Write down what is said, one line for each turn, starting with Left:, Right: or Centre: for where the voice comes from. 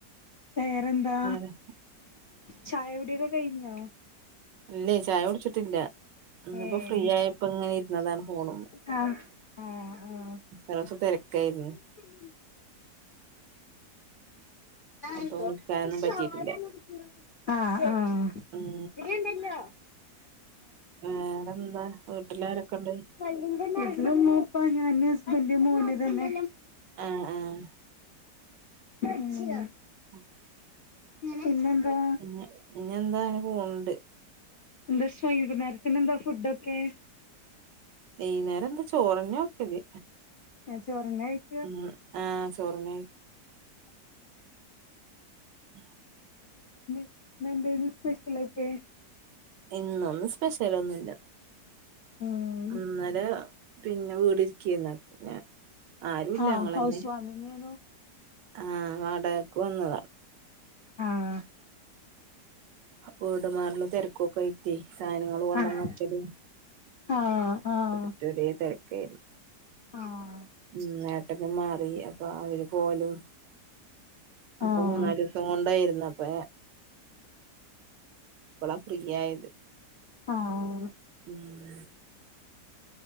Left: വേറെന്താ
Right: വേറെ
Left: ചായകുടിക്കെ കയിനോ
Right: ഇല്ലയ്ചായ കുടിച്ചിട്ടില്ല ഇന്നിപ്പോ
Left: ഏഹ്
Right: ഫ്രീ ആയപ്പോങ്ങനെ ഇരുന്നതാണ് ഫോണ് മേ
Left: ആഹ്
Right: ന്ന്ലേസം തിരക്കാരുന്നു
Left: ആഹ് എന്താ
Right: അപ്പൊ വിളിക്കാനൊന്നും
Left: റിയോ <unintelligible>
Right: പറ്റിയിട്ടില്ല ഉം
Left: ആഹ് ആവേറെന്താ
Right: വേറെന്താ വീട്ടിലാരൊക്കെണ്ട്
Left: വീട്ടില് ഇമ്മ ഇപ്പ ഞാന് ഹസ്ബന്റ് മോന് തന്നെ
Right: ആഹ് ആഹ്
Left: ഉം
Right: ഉം
Left: പിന്നെന്താ
Right: പിന്നെ പിന്നെന്താ അങ്ങനെ പോണണ്ട്
Left: എന്താ സൈകുന്നേരത്തിന് എന്താ ഫുഡൊക്കെ?
Right: വൈന്നേരം എന്താ ചോറന്നെ വെക്കല്
Left: ആഹ് ചോറന്നെ വെയ്
Right: ഉം ആഹ് ചോറന്നേ
Left: ആഹ
Right: ഉ
Left: ങ്‌ഹ് ഇന്ന് എന്തേയ്രുന്നു സ്പെഷ്യലോക്കെ?
Right: ഇന്നൊന്ന് സ്പെഷ്യലന്നുല്ല
Left: ഉം
Right: ഇന്നലെ പിന്നെ വീടിരിക്കേർന്ന് <inaudible> ആരൂല്ല.
Left: ആഹ്
Right: ഞങ്ങളന്നെ
Left: ഹൗസ് വാമിങ്ങേനു
Right: ആഹ് വാടകക്ക് വന്നതാ
Left: ആഹ്
Right: വീട്മാറളും തെരക്കൊക്കായിട്ടേ സായനങ്ങള് കൊണ്ടോന്നക്കലും
Left: ആഹ് ആഹ് ആഹ്
Right: ഒറ്റ ഒരേ തെരക്കായിരുന്നു
Left: ആഹ്
Right: ഉം നേട്ടോക്കേ മാറി അപ്പോ അവര് പോവലും ഒക്കെ
Left: ആഹ്
Right: മൂന്നാലു തോണ്ടായിരുന്നപ്പേ ഇപ്പളാ ഫ്രീയായത്.
Left: ആഹ്
Right: ഉം